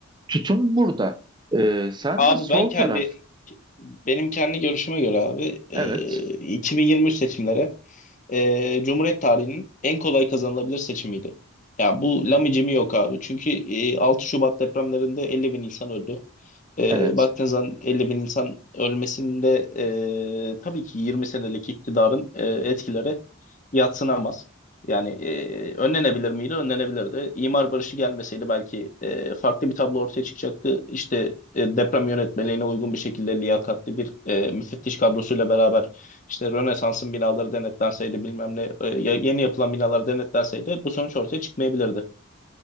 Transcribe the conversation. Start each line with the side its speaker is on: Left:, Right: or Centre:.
Right: tutum burada. Ee, sence
Left: Abi
Right: sol
Left: ben kendi
Right: taraf?
Left: benim kendi görüşüme göre abi e,
Right: Evet,
Left: 2023 seçimleri e, Cumhuriyet tarihinin en kolay kazanılabilir seçimiydi. Ya bu lamicimi yok abi. Çünkü e, 6 Şubat depremlerinde 50 bin insan öldü. E,
Right: evet,
Left: baktığın zaman 50 bin insan ölmesinde e, tabii ki 20 senelik iktidarın e, etkileri yadsınamaz. Yani e, önlenebilir miydi? Önlenebilirdi. İmar barışı gelmeseydi belki e, farklı bir tablo ortaya çıkacaktı. İşte e, deprem yönetmeliğine uygun bir şekilde liyakatli bir e, müfettiş kadrosuyla beraber işte Rönesans'ın binaları denetlenseydi bilmem ne e, ya- yeni yapılan binalar denetlenseydi bu sonuç ortaya çıkmayabilirdi.